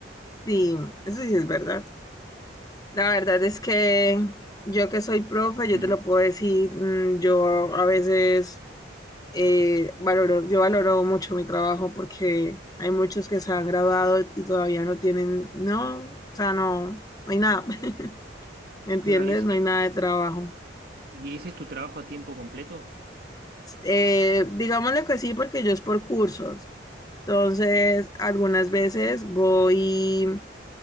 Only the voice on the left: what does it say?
Sí, eso sí es verdad. La verdad es que yo que soy profe, yo
te lo puedo decir, mm, yo a veces eh, valoro, yo valoro mucho mi trabajo porque hay muchos que se han graduado y todavía no tienen, no, o sea, no, no hay nada, <laughs> ¿me entiendes?
No hay nada de trabajo.
Eh, digámosle que sí, porque yo es por cursos. Entonces, algunas veces voy,